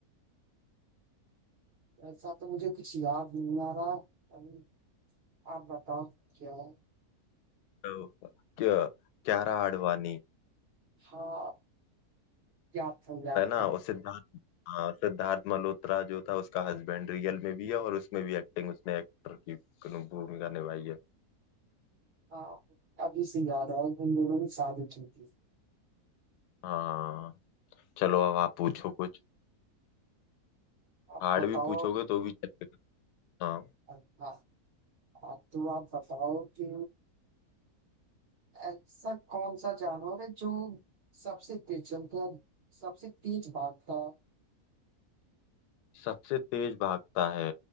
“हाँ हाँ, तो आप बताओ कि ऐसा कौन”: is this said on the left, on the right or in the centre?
Right